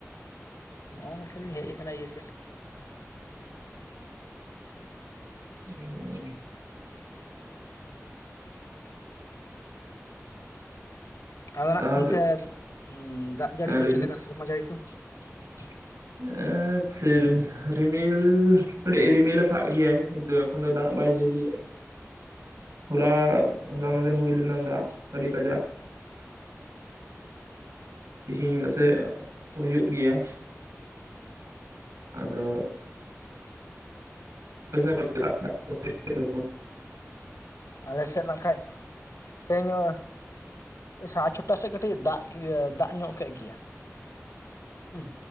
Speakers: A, on the left; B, on the right.
A: ᱱᱚᱸᱜᱼᱚ ᱱᱚᱛᱮ ᱞᱤᱧ ᱦᱮᱡ ᱟᱠᱟᱱᱟ ᱤᱭᱟᱹ ᱥᱮᱫ
B: ᱩᱸ
A: ᱟᱫᱚ
B: ᱛᱟᱦᱚᱞᱮ
A: ᱱᱟᱜ ᱚᱱᱛᱮ ᱩᱸ ᱫᱟᱜ ᱡᱟᱹᱲᱤ
B: ᱦᱮᱸ
A: ᱠᱚ
B: ᱞᱟᱹᱭ
A: ᱪᱮᱫ
B: ᱵᱤᱱ
A: ᱞᱮᱠᱟ ᱥᱮᱨᱢᱟ ᱡᱟᱹᱲᱤ ᱠᱚ?
B: <inaudible> ᱮᱸ ᱥᱮ ᱨᱤᱢᱤᱞ ᱠᱟᱹᱴᱤᱡ ᱨᱤᱢᱤᱞ ᱠᱟᱜ ᱜᱮᱭᱟᱭ ᱠᱤᱱᱛᱩ, ᱮᱠᱷᱚᱱ ᱫᱚ ᱫᱟᱜ ᱵᱟᱭ ᱡᱟᱹᱲᱤᱭᱮᱜᱼᱟ ᱦᱚᱞᱟ ᱦᱚᱞᱟ ᱢᱟᱫᱷᱮᱨ ᱦᱩᱭ ᱞᱮᱱᱟ ᱫᱟᱜ ᱟᱹᱰᱤ ᱠᱟᱡᱟᱠ ᱛᱤᱦᱤᱧ ᱯᱟᱪᱮᱫ ᱦᱩᱭᱩᱜ ᱜᱮᱭᱟ ᱟᱫᱚ ᱟᱯᱮ ᱥᱮᱫ <unintelligible> <inaudible>
A: ᱟᱞᱮ ᱥᱮᱜ ᱱᱟᱠᱷᱟᱱᱡ ᱛᱮᱦᱮᱱ ᱚ ᱥᱟᱸ-ᱪᱷᱚᱴᱟ ᱥᱮᱜ ᱠᱟᱹᱴᱤᱡ ᱫᱟᱜ ᱫᱟᱜ ᱧᱚᱜ ᱠᱮᱜ ᱜᱮᱭᱟ ᱦᱩᱸ